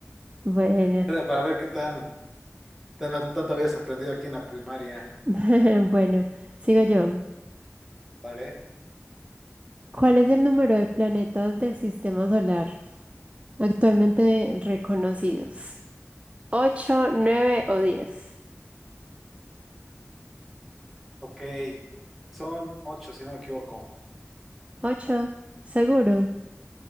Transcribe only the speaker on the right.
Bueno,
<laughs> bueno, sigo yo.
¿Cuál es el número de planetas del sistema solar actualmente reconocidos? ¿Ocho, nueve o diez?
¿Ocho? ¿Seguro?